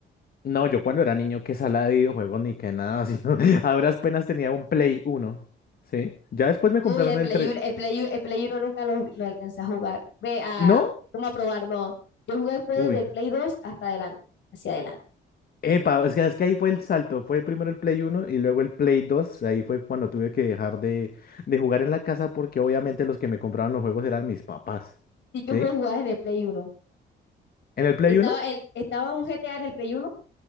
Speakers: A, on the left; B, on the left.
A: No, yo cuando era niño, qué sala de videojuegos ni qué nada, sino <laughs> a duras penas tenía un Play Uno. ¿sí? Ya después me
B: Uy,
A: compraron
B: el Play
A: el 3.
B: 1, el Play 1, el Play uno nunca lo, lo alcancé a jugar. Ve a,
A: ¿No?
B: ¿cómo a probar? No, yo jugué después
A: Uy.
B: desde el Play dos hasta adelante, hacia adelante.
A: Epa, es que, es que ahí fue el salto. Fue primero el Play Uno y luego el Play 2. Ahí fue cuando tuve que dejar de, de jugar en la casa porque obviamente los que me compraban los juegos eran mis papás,
B: ¿Y qué
A: ¿sí?
B: juego jugabas en el Play uno
A: En el Play
B: Estaba,
A: Uno?
B: el, estaba un GTA en el Play uno